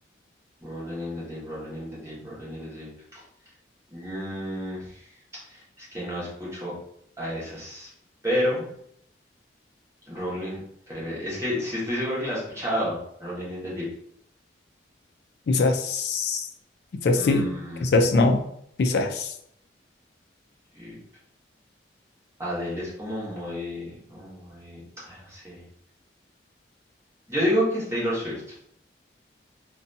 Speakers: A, on the right (about 15°); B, on the left (about 60°).
A: Rolling in the Deep, Rolling in the Deep, Rolling in the Deep. Mm, es que no escucho a esas, pero Rolling, pero es que sí estoy seguro que la he escuchado. Rolling in the Deep.
B: Quizás, quizás
A: Mm,
B: sí, quizás no, quizás.
A: y Adele es como muy, como muy, ay, no sé. Yo digo que es Taylor Swift,